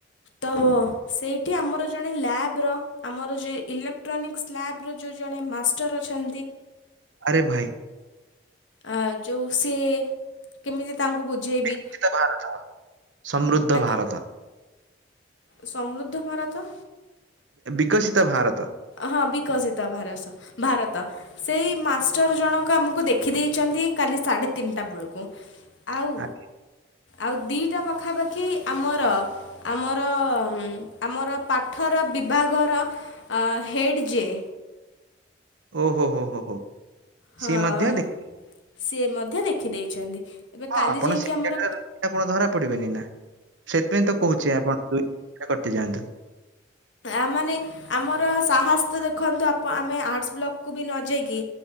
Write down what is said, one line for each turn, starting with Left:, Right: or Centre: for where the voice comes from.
Left: ତ ସେଇଠି ଆମର ଜଣେ ଲ୍ୟାବ୍ ର ଆମର ଯେ ଇଲେକ୍ଟ୍ରୋନିକ୍ସ ଲ୍ୟବ୍ ର ଯେଉଁ ଜଣେ ମାଷ୍ଟର ଅଛନ୍ତି।
Right: ଆରେ ଭାଇ।
Left: ଆ ଯୋଉ ସିଏ କେମିତି ତାଙ୍କୁ ବୁଝେଇବି
Right: ବିକଶିତ ଭାରତ ସମୃଦ୍ଧ
Left: ଆଜ୍ଞା
Right: ଭାରତ।
Left: ସମୃଦ୍ଧ ଭାରତ।
Right: ବିିକଶିତ ଭାରତ।
Left: ହଁ ବିକଶିତ ଭାର ଭାରତ! ସେଇ ମାଷ୍ଟର ଜଣକ ଆମକୁ ଦେଖିଦେଇଚ ନ୍ତି, କାଲି ସାଢ଼େ ତିନିାଟା ବେଳକୁ ଆଉ
Right: ଆ-
Left: ଆଉ ଦିଇଟା ପାଖାପାଖି! ଆମର ଆମର ଆମର ପାଠର ବିଭାଗ ର ହେଡ଼ ଯିଏ।
Right: ଓହୋ ହୋ ହୋ ହୋ
Left: ହଁ
Right: ସିଏ ମଧ୍ୟ ଦେଖ
Left: ସିଏ ମଧ୍ୟ ଦେଖିଦେଇଛନ୍ତି। ଏବେ
Right: ହଁ
Left: କାଲି
Right: ଆପଣ
Left: ଯାଇକି
Right: ସେଇ
Left: ଆମର
Right: ଜାଗାରେ ଆପଣ ଧରା ପଡିବେନି ନା ସେଥିପାଇଁ ତ କହୁଛି ଆପଣ କଟି ଯାଆନ୍ତୁ।
Left: ଆ ମାନେ ଆମର ସାହସ ତ ଦେଖନ୍ତୁ ଆପ ଆମେ ଆର୍ଟସ୍ ବ୍ଲକକୁ ବି ନ ଯାଇକି